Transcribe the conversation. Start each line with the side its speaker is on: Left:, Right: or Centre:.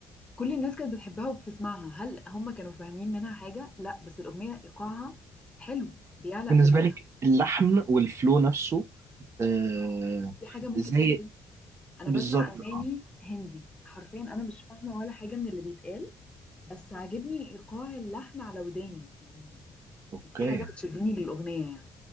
Left: كل الناس كانت بتحبها وبتسمعها هل هم كانوا فاهمين منها حاجه لا بس الاغنيه ايقاعها حلو بيعلق
Right: بالنسبه
Left: في الم...
Right: لك اللحن والفلو نفسه آه
Left: آه. دي حاجه ممكن
Right: زي
Left: تشد انا
Right: بالظبط
Left: بسمع اغاني
Right: آه.
Left: هندي حرفيا انا مش فاهمه ولا حاجه من اللي بيتقال بس عاجبني ايقاع اللحن على وداني يعني
Right: اوكي
Left: دي حاجه بتشدني للاغنيه يعني